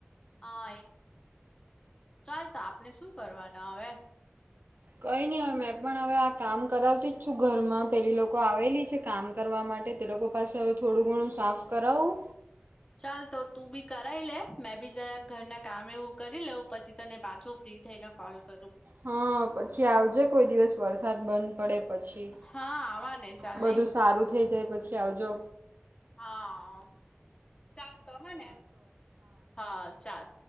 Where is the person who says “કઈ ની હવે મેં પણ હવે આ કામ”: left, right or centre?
Right